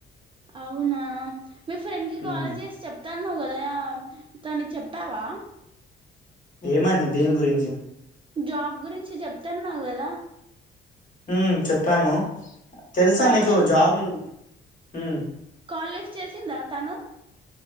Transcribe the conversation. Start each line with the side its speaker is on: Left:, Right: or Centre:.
Right: అవునా మీ ఫ్రెండ్ కి కాల్
Left: ఉమ్
Right: చేసి చెప్తా అన్నావు కదా తనకి చెప్పావా
Left: ఏమని దేని గురించి
Right: జాబ్ గురించి చెప్తన్నావ్ కదా
Left: ఉ చెప్పాను తెలుసా
Right: కాల్
Left: నీకు
Right: లిఫ్ట్
Left: జాబ్ ను హు
Right: కాల్ లిఫ్ట్ చేసిందా తను